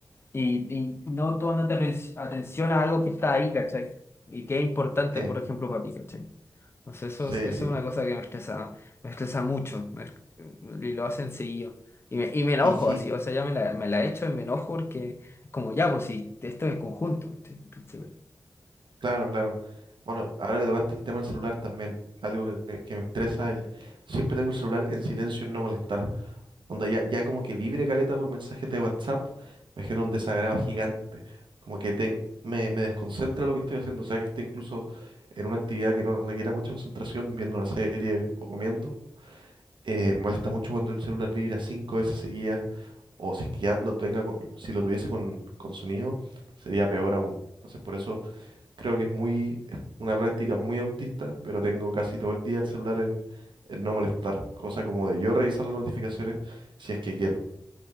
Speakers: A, on the left (about 30°); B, on the right (about 85°).
A: Y, y no tomando atención a algo que está ahí, ¿cachai? Y que es importante,
B: Eh,
A: por ejemplo, para ti, ¿cachai? Entonces eso,
B: sí,
A: es- eso
B: sí.
A: es una cosa que me estresa, me estresa mucho, me y lo hacen seguido. Y me, y me enojo
B: Y sí,
A: así, o sea, ya me la, me la echo y me enojo porque como ya, pues si esto es en conjunto, ¿cachai? Sí, pero-
B: claro, claro. Bueno, ahora que tocaste el tema del celular también, algo que, que- que me estresa, el siempre tengo el celular en silencio en no molestar. Cuando ya, ya como que vibre caleta por mensajes de WhatsApp, me genera un desagrado gigante. Como que te- me, me desconcentra lo que estoy haciendo. O sea, que esté incluso en una actividad que no requiera mucha concentración, viendo una serie o comiendo, Eh, me molesta mucho cuando el celular vibra cinco veces seguidas, o si es que ya lo tenga, con- si lo tuviese con, con sonido, sería peor aún. Entonces, por eso creo que es muy, es una práctica muy autista, pero tengo casi todo el día el celular en, en no molestar, cosa como de yo revisar las notificaciones si es que quiero.